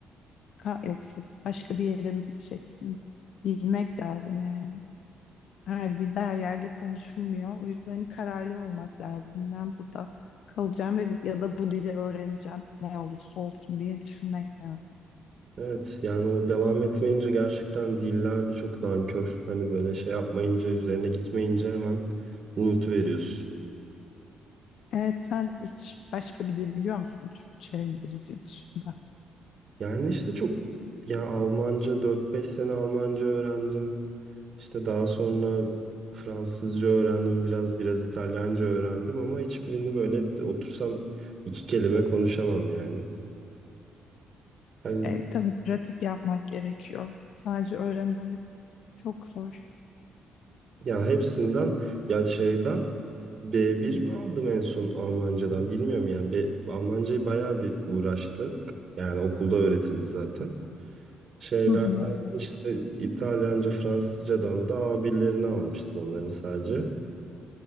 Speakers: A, on the left; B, on the right.
A: Ka- yoksa başka bir yere mi gideceksin? Bilmek lazım yani. Her dilde her yerde konuşulmuyor. O yüzden hani kararlı olmak lazım. Ben burada kalacağım ve bu- ya da bu dili öğreneceğim. Ne olursa olsun diye düşünmek lazım.
B: Evet. Yani o devam etmeyince gerçekten diller de çok nankör. Hani böyle şey yapmayınca, üzerine gitmeyince hemen unutuveriyorsun.
A: Evet sen hiç başka bir dil biliyor musun? Türkçe, İngilizce dışında.
B: Yani işte çok yani Almanca dört beş sene Almanca öğrendim. İşte daha sonra Fransızca öğrendim biraz biraz İtalyanca öğrendim ama hiçbirini böyle otursam iki kelime konuşamam yani. Hani
A: E, tabii pratik yapmak gerekiyor. Sadece öğrenerek çok zor.
B: ya hepsinden ya şeyden B1 mi aldım en son Almancadan bilmiyorum yani B, Almancayı bayağı bir uğraştık. Yani okulda öğretildi zaten. Şeyler
A: Hı hı.
B: işte İtalyanca, Fransızcadan da A1'lerini almıştım onların sadece.